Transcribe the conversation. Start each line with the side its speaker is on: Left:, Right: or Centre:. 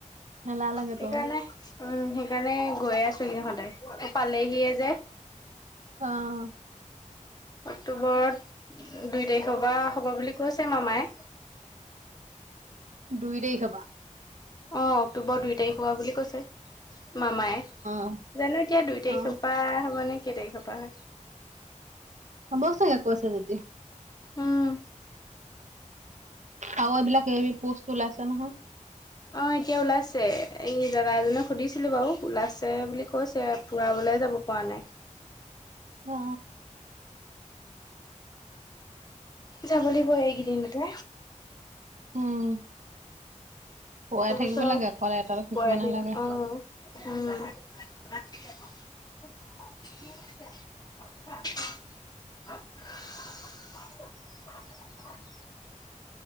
Right: এলাহ লাগেতো
Left: সেইকাৰণে।
Right: আকৌ
Left: উম, সেইকাৰণে গৈয়ে আছো এইকেইদিন সদায় পালেহিয়ে যে।
Right: অ'।
Left: অক্টোবৰত দুই তাৰিখৰ পৰা হ'ব বুলি কৈছে মামায়ে।
Right: দুই তাৰিখৰ পৰা।
Left: অ', অক্টোবৰ দুই তাৰিখ হোৱা বুলি কৈছে মামায়।
Right: অ
Left: জানো এতিয়া দুই
Right: অ
Left: তাৰিখৰ পৰা হ'বনে কেই তাৰিখৰ পৰা হয়।
Right: হব চগে কৈছে যদি।
Left: উম
Right: আও এইবিলাক কিবা কিবি পোষ্ট ওলাইছে নহয়।
Left: অ এতিয়া ওলাইছে, এই দাদা এজক সুধিছিলো বাৰু। ওলাইছে বুলি কৈছে, পূৰাবলৈ যাব পৰা নাই।
Right: অ অ।
Left: যাব লাগিব এইগিদিনতে।
Right: উম। পোৱাই
Left: তাৰপিছত
Right: থাকিব লাগে অকলে এটা থাকিব
Left: পয়াতিং
Right: নালাগে
Left: অঁ, উম। <unintelligible>